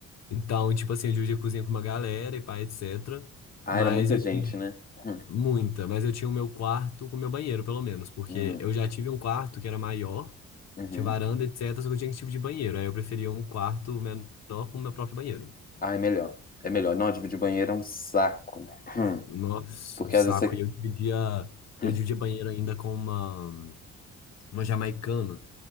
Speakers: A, on the left; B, on the left.
A: Então, tipo assim, eu dividia a cozinha com uma galera e pá, etc.
B: Ah,
A: Mas
B: era muita
A: eu
B: gente,
A: tinha
B: né? Hum,
A: muita, mas eu tinha o meu quarto com o meu banheiro, pelo menos, porque
B: hum,
A: eu já tive um quarto que era maior,
B: uhum.
A: tinha varanda, etc, só que eu tinha que tipo de banheiro. Aí eu preferia um quarto menor com o meu próprio banheiro.
B: Ah, é melhor. É melhor. Não, dividir banheiro é um saco. Hum,
A: Nossa,
B: Porque
A: um saco.
B: às vezes você.
A: E eu dividia,
B: Hum,
A: eu dividia banheiro ainda com uma, uma jamaicana.